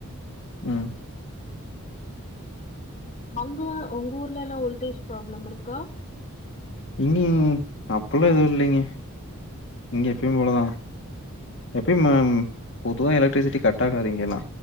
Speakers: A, on the left (about 60°); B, on the left (about 35°).
A: ம்
B: ம் அங்க உங்க ஊர்ல எல்லா ஓல்டேஜ் ப்ராப்ளம் இருக்கா
A: இங்கிங் அப்பில்லா எதுவு இல்லிங்க இங்க எப்பயு போலதா எப்பயு பொதுவா எலக்ட்ரிசிட்டி கட் ஆகாது இங்க எல்லா